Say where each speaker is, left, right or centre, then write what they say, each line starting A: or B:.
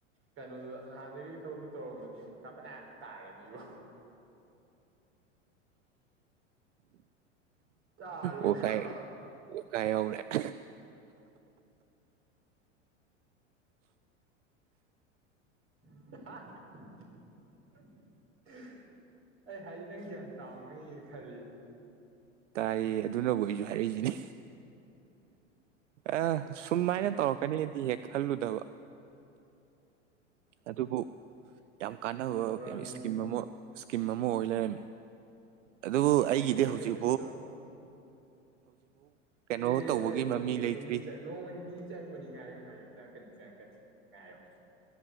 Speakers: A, on the right; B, on the right.
A: ꯀꯩꯅꯣ ꯑꯗꯨ ꯍꯗꯒꯤ ꯊꯕꯛꯇꯣ ꯇꯧꯔꯝꯃꯅꯤ ꯄꯄꯅꯥꯝꯗꯤ ꯇꯥꯔꯅꯤꯕ ꯇꯥꯔꯣꯏꯗ꯭ꯔꯣ
B: ꯑꯣ ꯀꯥꯏ ꯑꯣ ꯀꯥꯏ ꯑꯧꯔ <inaudible>
A: <inaudible> ꯑꯩ ꯍꯥꯏꯗꯤ ꯅꯪ ꯒ꯭ꯌꯥꯟ ꯇꯥꯅꯤ ꯈꯜꯂꯤ
B: ꯇꯥꯏꯌꯦ ꯑꯗꯨꯅꯕꯨ ꯑꯩꯁꯨ ꯍꯥꯏꯔꯛꯏꯁꯤꯅꯤ ꯑ ꯁꯨꯃꯥꯏꯅ
A: ꯑꯩ
B: ꯇꯧꯔꯛꯀꯅꯤꯗꯤ ꯍꯦꯛ ꯈꯜꯂꯨꯗꯕ ꯑꯗꯨꯕꯨ ꯌꯥꯝ ꯀꯥꯟꯅꯕ
A: ꯇꯧꯔꯛꯑꯕꯅꯤꯅ
B: ꯀ ꯏꯁꯀꯤꯝ ꯑꯃ ꯏꯁꯀꯤꯝ ꯑꯃ ꯑꯣꯏ ꯂꯩꯔꯝꯃꯤ ꯑꯗꯨꯕꯨ
A: ꯍꯣꯏ
B: ꯑꯩꯒꯤꯗꯤ
A: ꯃꯊꯪꯗ
B: ꯍꯧꯖꯤꯛ
A: ꯃꯤꯁ
B: ꯀꯩꯅꯣ
A: ꯑꯦ
B: ꯇꯧꯕꯒꯤ
A: ꯚꯥꯏ
B: ꯃꯃꯤ
A: ꯅꯣꯡꯃ
B: ꯂꯩꯇ꯭ꯔꯤ
A: ꯅꯤꯅꯤ ꯆ ꯅꯣꯡꯃꯅꯤ ꯅꯤꯅꯤ ꯆꯪꯕꯅꯤ ꯉꯥꯏꯌꯨ ꯉꯥꯏꯌꯨ ꯆꯪꯉꯛꯀꯅꯤ ꯆꯪꯉꯛꯀꯅꯤ ꯉꯥꯏꯌꯣ